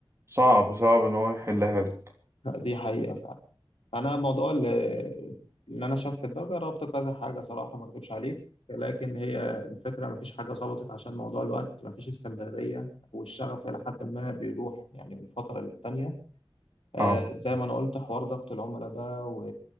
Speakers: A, on the right (about 30°); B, on the left (about 90°).
A: صعب صعب ان هو يحلها لك
B: <laughs> دي حقيقه فعلا انا موضوع ال- اللي انا شاف في ده جربت كذا حاجه صراحه ما اكدبش عليك لكن هي الفكره ما فيش حاجه ظبطت عشان موضوع الوقت ما فيش استمراريه والشغف الى حد ما بيروح يعني من فتره للتانيه آه
A: صعب
B: زي ما انا قلت حوار ضغط العملاء ده و-